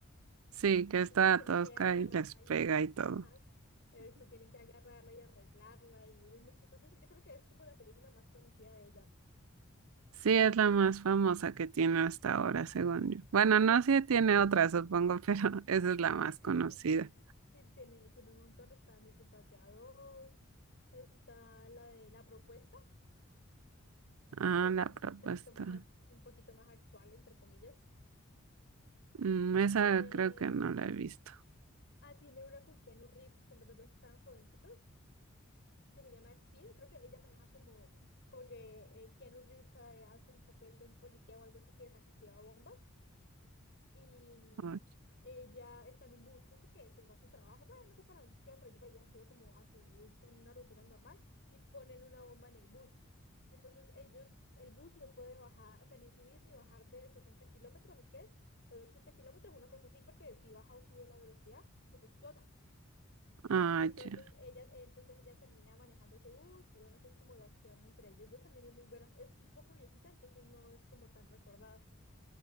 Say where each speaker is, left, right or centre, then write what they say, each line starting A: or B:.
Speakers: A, on the right (about 75°); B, on the left (about 50°).
A: Sí, que
B: Entonces
A: está
B: tienen
A: tosca
B: que agarrarla
A: y les pega
B: y,
A: y todo.
B: ajá, eso, tienen que agarrarla y arreglarla y es muy chistoso. Sí, yo creo que es como la película más conocida de ella.
A: Sí, es la más famosa que tiene hasta ahora, según yo. Bueno, no sé si tiene otra, supongo, <laughs> pero esa
B: <laughs>
A: es la más conocida.
B: Sí, tiene, tiene un montón, está Mi Simpatía dos está la de La Propuesta
A: Ah,
B: que esa
A: la
B: es un
A: propuesta.
B: poquito más, ac- un poquito más actual, entre comillas.
A: Mm, esa
B: Eh,
A: creo que no la he visto.
B: ah, tiene una con Keanu Reeves cuando los dos estaban jovencitos, que se llama Speed. Creo que ella maneja como, como que eh, Keanu Reeves eh, hace un papel de un policía o algo así que desactiva bombas. y mm,
A: Oye,
B: ella está en un bus, pues porque pues va a su trabajo, bueno, no sé para dónde es que va, pero ella ella sube como a su bus en una rutina normal y ponen una bomba en el bus. Entonces ellos, el bus no puede bajar, o sea, ni subir ni bajar de 60 kilómetros, ¿es que es? O de 80 kilómetros, una cosa así, porque si baja o sube la velocidad, pues explota.
A: ah,
B: Entonces
A: ya.
B: ella, entonces ella termina manejando ese bus y bueno, eso es como de acción entre ellos dos, también es muy buena, es un poco viejita, entonces no es como tan recordada.